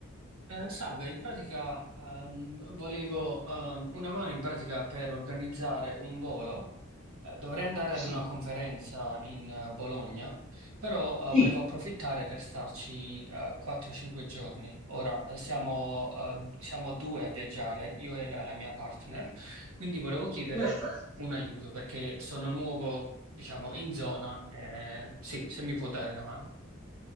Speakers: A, on the right (about 85°); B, in the centre.
A: Eh, salve, in pratica ehm, volevo ehm, una mano in pratica per organizzare un volo. Eh, dovrei andare
B: Sì,
A: ad una conferenza in eh, Bologna, però
B: sì,
A: eh, volevo approfittare per starci eh, 4-5 giorni. Ora eh, siamo, eh, siamo due a viaggiare, io e la, la mia partner, quindi volevo chiedere
B: perfetto.
A: un aiuto perché sono nuovo, diciamo, in zona. eh, sì, se mi può dare una mano.